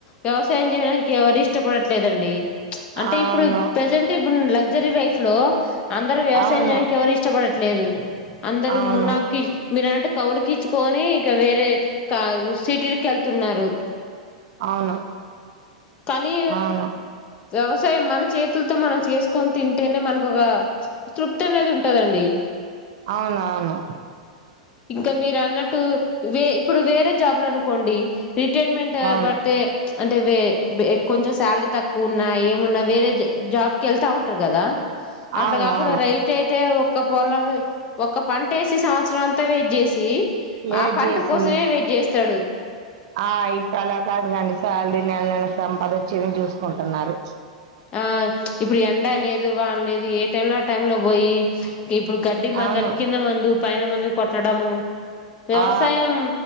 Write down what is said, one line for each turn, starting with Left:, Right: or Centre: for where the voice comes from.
Left: వ్యవసాయం చేయడానికి ఎవరు ఇష్టపడట్లేదండి అంటే
Right: అవును
Left: ఇప్పుడు ప్రజెంట్ ఇప్పుడు లగ్జరీ లైఫ్ లో అందరు వ్యవసాయం
Right: అవును
Left: చేయనికి ఎవరు ఇష్టపడట్లేదు అందరు
Right: అవును
Left: మునాబకి కౌలికి ఇచ్చుకొని ఇక వేరే కా సిటీకి వెళ్తున్నారు
Right: అవును
Left: కానీ
Right: అవును
Left: వ్యవసాయం మన చేతులతో మనం చేసుకొని తింటేనే మనకు ఒక తృప్తి అనేది ఉంటదండి
Right: అవును అవును
Left: ఇంకా మీరు అన్నట్టు వే ఇప్పుడు వేరే జాబ్ లు అనుకోండి రిటైర్మెంట్
Right: అవును
Left: పడుతే అంటే కొంచెం శాలరీ తక్కువ ఉన్నా ఏమున్నా వేరే జాబ్ కి వెళ్తా ఉంటారు కదా అట్లా
Right: అవును
Left: కాకుండా
Right: అవును
Left: రైతు అయితే ఒక్క పొలం ఒక పంట వేసి సంవత్సరం అంతా వెయిట్ చేసి మా
Right: ఏడ్
Left: పంట
Right: చేసి
Left: కోసమే వెయిట్ చేస్తాడు
Right: ఆ ఇప్పుడు అలా కాదు కాండి శాలరీ నెల నెల సంపాద వచ్చేది చూసుకుంటున్నారు
Left: ఆ ఇప్పుడు ఎండా లేదు వానలేదు ఏ టై లో ఆ టై లో పోయి ఇప్పుడు గడ్డి మందుని
Right: అవును
Left: కింద మందు పైన మందు కొట్టడము వ్యవసాయం
Right: ఆ